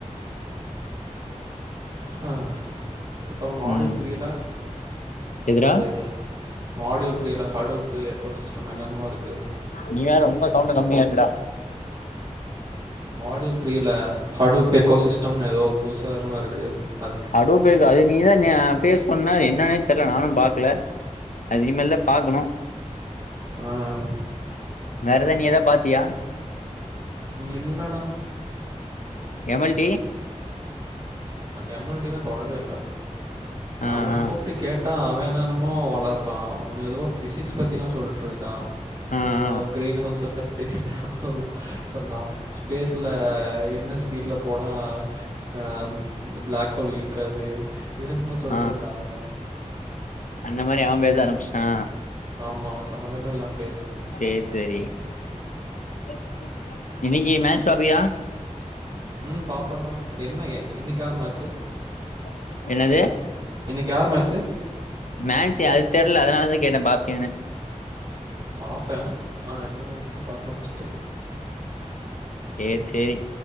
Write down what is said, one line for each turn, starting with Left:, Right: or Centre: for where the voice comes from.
Right: ஆ அப்புறோ மாடல்
Left: ம்
Right: த்ரீல
Left: எதுடா
Right: அது மாடியூல் த்ரீயில் ஹடுப்பு எக்கோசிஸ்டம் என்னென்னமோ இருக்கு
Left: நீ வேற ரொம்ப சவுண்ட கம்மியா இருக்கடா
Right: மாடியூல்ஸ் ஃத்ரீயில் ஹடுப் எக்கோசிஸ்டம்னு ஏதோ புதுசா என்னமோ இருக்கு த
Left: சடுவு பேக்கா அது நீ தா பேஸ் பொன்னா அது என்னானே தெரில நானு பாக்கல அது இனிமேல் தா பாக்கணு
Right: ஆஹ்
Left: வேற எதா நீ ஏதா பாத்தியா
Right: இல்லடா
Left: <inaudible> ஏமல்டி
Right: எம் எல் டி லா தொடவே இல்ல நா
Left: ஆ
Right: அவன
Left: ஆ
Right: கூப்பிட்டு கேட்டா அவனா என்னமோ ஒளர்றான் அவ ஏதோ பிசிக்ஸ் பத்திலா சொல்ட்டு இருக்கா
Left: ஆ
Right: ஏதோ
Left: ஆ
Right: கிரீன் ஹவுஸ் எஃபெக் <unintelligible> சொன்னா ஸ்பேஸ்ல என்ன ஸ்பீடல போனா அஹ அந்த பிளாக் ஹோல் இழுக்காது இது என்னமோ சொல்லிட்டுருந்தா
Left: ஆ
Right: அவ
Left: அந்த மாரி அவன் பேச ஆரம்பிச்சான்
Right: ஆமா சம்பந்தமே இல்லாமே
Left: சேரி சேரி <unintelligible> இன்னைக்கி மேச் பாப்பியா
Right: ம் பாப்பண்டா என்ன இன்னைக்கு யாரு மேச்சு
Left: <unintelligible> என்னது
Right: இன்னைக்கு யாரு மேட்ச்சு
Left: மேட்ச் அது தெர்ல அதனாலதா கேட்டே பாப்பியானு
Right: பாப்பே ஆனா என்ன மேச்சுன்னு பாக்ணு ஃபஸ்ட்டு
Left: சேரி சேரி